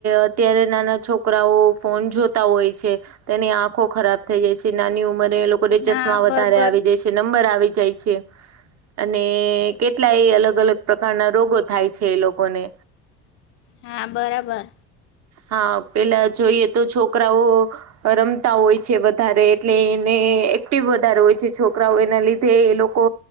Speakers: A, on the right (about 50°); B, on the left (about 40°).
A: અત્યારે નાના છોકરાઓ ફોન જોતા હોય છે. તેની આંખો ખરાબ થઈ જાય છે નાની ઉંમરે એ લોકોને ચશ્મા
B: હા
A: વધારે
B: બરોબર
A: આવી જાય છે. નંબર આવી જાય છે. અને કેટલા એ અલગ અલગ પ્રકારના રોગો થાય છે એ લોકોને.
B: હા બરાબર.
A: હા! પેલા જોઈએ તો છોકરાઓ. રમતા હોય છે. વધારે એટલે એને એક્ટિવ વધારે હોય છે. છોકરાઓ એના લીધે એ લોકો.